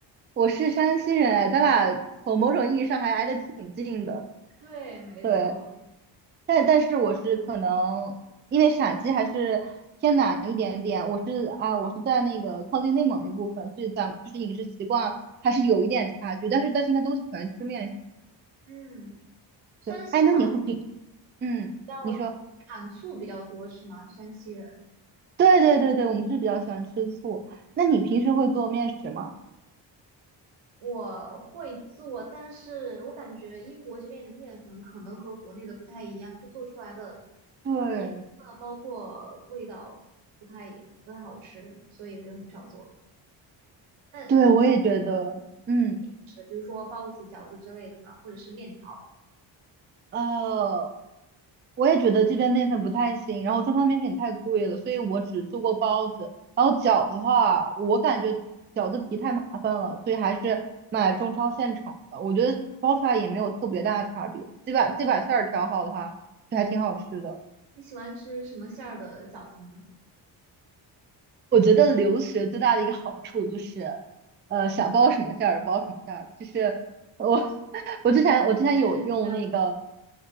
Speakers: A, on the right (about 25°); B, on the right (about 80°).
A: 我是山西人，哎，咱俩从某种意义上还挨得挺近的。
B: 对，没错。
A: 对，但但是我是可能因为陕西还是偏南一点点，我是啊，我是在那个靠近内蒙那部分，所以咱们就是饮食习惯还是有一点差距。但是但是应该都喜欢吃面食。
B: 嗯，山西好像
A: 对，哎，那你会平，嗯，
B: 比较产醋比较多，
A: 你说，
B: 是吗？山西人。
A: 对对对对，我们是比较喜欢吃醋。那你平时会做面食吗？
B: 嗯，我会做，但是我感觉英国这边的面粉可能和国内的不太一样，就做出来的
A: 对，
B: 那个颜色包括味道不太不太好吃，所以我就很少做。那你平
A: 对，我也觉得，嗯。
B: 时比如说包子、饺子之类的呢，或者是面条，
A: 呃，我也觉得这边面粉不太行，然后中超面粉太贵了，所以我只做过包子。然后饺子的话，我感觉饺子皮太麻烦了，所以还是买中超现成的。我觉得包出来也没有特别大的差别，这把这把馅儿调好的话，就还挺好吃的。
B: 你喜欢吃什么馅儿的饺子呢？
A: 我觉得留学最大的一个好处就是，呃，想包什么馅儿包什么馅儿，就是我 <laughs> 我之前我之前有用那个
B: 确实是这样的，